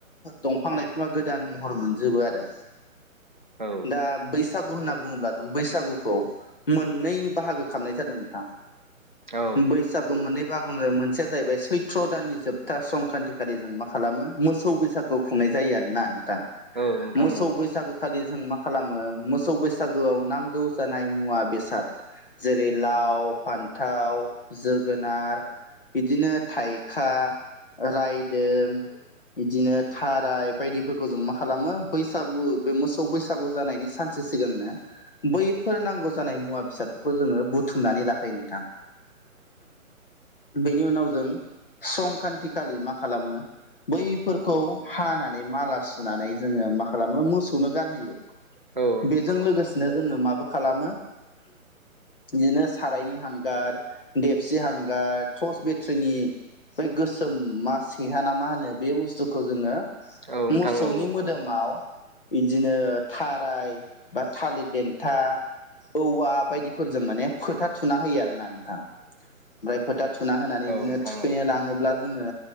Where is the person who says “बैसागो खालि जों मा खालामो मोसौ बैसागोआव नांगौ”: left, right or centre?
Left